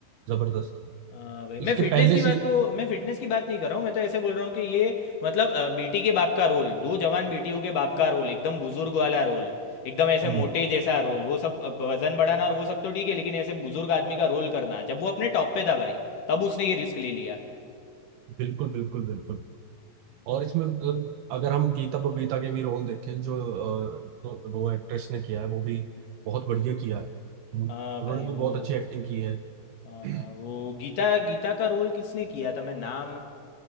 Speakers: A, on the right; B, on the left.
A: जबरदस्त थी
B: हाँ भाई
A: इसके
B: मैं फिटनेस
A: पहले
B: की
A: सीन
B: बात तो मैं फिटनेस की बात नहीं कर रहा हूँ मैं तो ऐसे बोल रहा हूँ कि ये मतलब अ, बेटी के बाप का रोल दो जवान बेटियों के बाप का रोल एकदम बुजुर्ग वाला रोल एकदम ऐसे
A: हम्म
B: मोटे जैसा रोल वो सब अ, वजन बढ़ाना और वो सब तो ठीक है लेकिन ऐसे बुजुर्ग आदमी का रोल करना जब वो अपने टॉप पे था भाई तब उसने ये रिस्क ले लिया
A: बिल्कुल बिल्कुल बिल्कुल और इसमें मतलब अगर हम गीता बबीता के भी रोल देखें जो अ, दो, दो एक्ट्रेस ने किया है वो भी बहुत बढ़िया किया है हम्म।
B: हाँ
A: उन्होंने
B: भाई वो
A: भी बहुत अच्छी एक्टिंग की है
B: हाँ
A: <clears throat>
B: हाँ वो गीता गीता का रोल किसने किया था मैं नाम